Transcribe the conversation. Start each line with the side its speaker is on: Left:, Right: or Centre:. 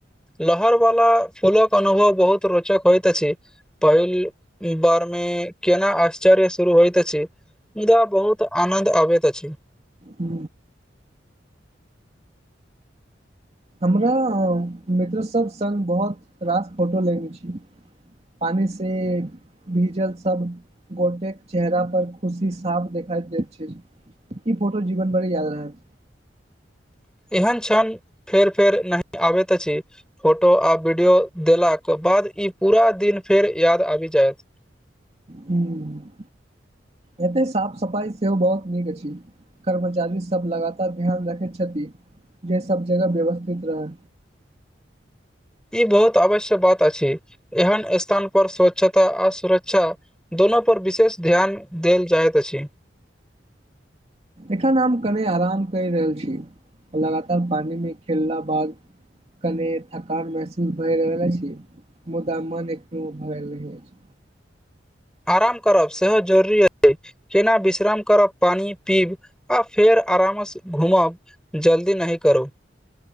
Centre: लहर बला फूलक अनुभव बहुत रोचक होइत अछि। पहिल बेरमे कतेक आश्चर्य होइत अछि, मुदा धीरे धीरे आदत पड़ि जाइत अछि। मुदा बहुत आनन्द अबैत अछि।
Right: हू हमरा मित्र सभ संग बहुत रास फोटो लेने छी। पानी से भीजल सभ गोटेक चेहरा पर खुशी साफ देखाइ दैत अछि। ई फोटो जीवन भरि याद रहैत।
Centre: एहन क्षण फेर फेर नहि अबैत अछि। फोटो आ वीडियो देखलाक बाद ई पूरा दिन फेर याद आबि जायत।
Right: हूँ, एतेक साफ सफाइ सेहो बहुत नीक अछि। कर्मचारी सभ लगातार ध्यान रखैत छथि जे सभ जगह व्यवस्थित रहै।
Centre: ई बहुत आवश्यक बात अछि, एहन स्थान पर स्वच्छता आ सुरक्षा। दूनू पर विशेष ध्यान देल जाइत अछि।
Right: एखन हम कनी आराम कऽ रहल छी। लगातार पानिमे खेललाक बाद। कनी थकान महसूस भऽ रहल अछि, मुदा मन एखनहुँ भरल रहैत अछि।
Centre: आराम करब सेहो जरूरी अछि। जेना विश्राम करब, पानी पीब आ फेर आरामसँ घूमब। जल्दी नही करो